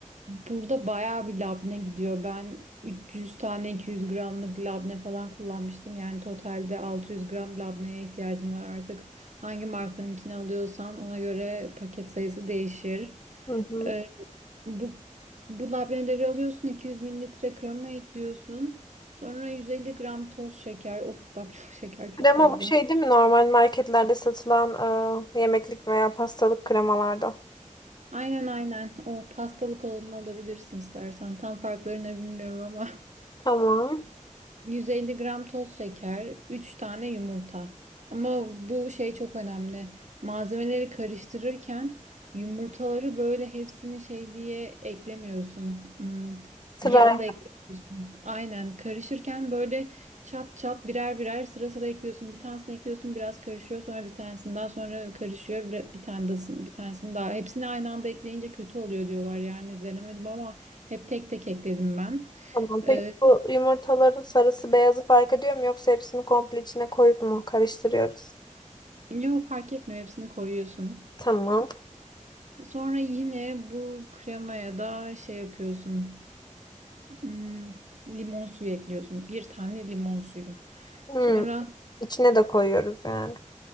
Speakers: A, on the right (about 60°); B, on the left (about 30°).
A: Burada bayağı bir labne gidiyor. Ben 300 tane 200 gramlık labne falan kullanmıştım. Yani totalde 600 gram labneye ihtiyacın var artık. Hangi markanınkini alıyorsan ona göre paket sayısı değişir.
B: Hı hı.
A: Ee, Bu, bu labneleri alıyorsun 200 mililitre krema ekliyorsun. Sonra 150 gram toz şeker. Of bak <laughs> çok şeker çok
B: Krema
A: fazla.
B: bu şey değil mi? Normal marketlerde satılan e, yemeklik veya pastalık kremalardan.
A: Aynen aynen. O pastalık olanını alabilirsin istersen. Tam farklarını bilmiyorum ama. <laughs>
B: Tamam.
A: 150 gram toz şeker, 3 tane yumurta. Ama bu şey çok önemli. Malzemeleri karıştırırken yumurtaları böyle hepsini şey diye eklemiyorsun. Hmm,
B: Sıra
A: bir anda eklemiyorsun. Aynen karışırken böyle çat çat birer birer sıra sıra ekliyorsun. Bir tanesini ekliyorsun biraz karışıyor sonra bir tanesini daha sonra karışıyor bir, bir tane daha- bir tanesini daha. Hepsini aynı anda ekleyince kötü oluyor diyorlar yani denemedim ama hep tek tek ekledim ben.
B: Tamam.
A: Ee,
B: Peki bu yumurtaların sarısı beyazı fark ediyor mu yoksa hepsini komple içine koyup mu karıştırıyoruz?
A: Yok fark etmiyor hepsini koyuyorsun.
B: Tamam.
A: Sonra yine bu kremaya da şey yapıyorsun. Hmm, limon suyu ekliyorsun. Bir tane limon suyu.
B: Hmm.
A: Sonra
B: İçine de koyuyoruz yani.